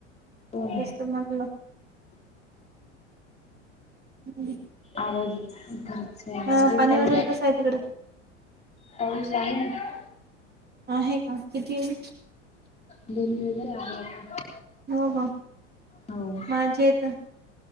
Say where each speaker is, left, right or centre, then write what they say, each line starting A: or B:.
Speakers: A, on the left; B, on the right.
A: हो ना
B: तेच तर म्हटलं. <inaudible>
A: आवाज खरच यायला
B: हा
A: लागले
B: पाणी
A: त्यांचा.
B: वगैरे कसं आहे तिकडं?
A: पाऊस आहे ना.
B: आहे का, कितीये?
A: दोन दिवस झाले. आहे आता.
B: हो का
A: हो
B: माझ्या इथं